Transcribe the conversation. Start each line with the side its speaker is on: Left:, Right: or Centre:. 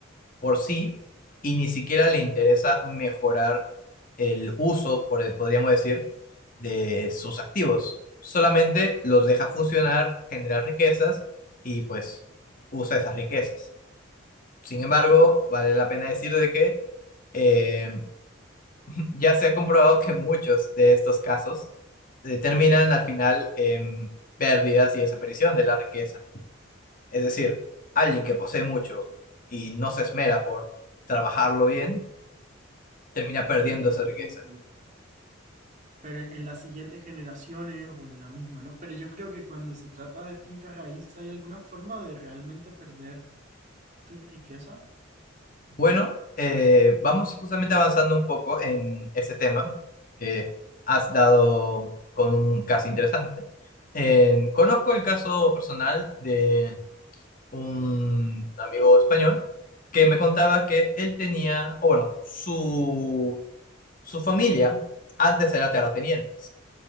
Left: por sí y ni siquiera le interesa mejorar el uso, por, podríamos decir, de sus activos. Solamente los deja funcionar, generar riquezas y pues usa esas riquezas. Sin embargo, vale la pena decir de que eh, <laughs> ya se ha comprobado que muchos de estos casos eh, terminan al final en pérdidas y desaparición de la riqueza. Es decir, alguien que posee mucho y no se esmera por trabajarlo bien, termina perdiendo
Right: termina
Left: esa
Right: perdiendo.
Left: riqueza.
Right: pero en las siguientes generaciones o en la misma, ¿no? Pero yo creo que cuando se trata de finca raíz, ¿hay alguna forma de realmente perder tu riqueza?
Left: Bueno, eh, vamos justamente avanzando un poco en ese tema que has dado con un caso interesante. Eh, conozco el caso personal de un amigo español que me contaba que él tenía, o bueno, su, su familia antes era terratenientes.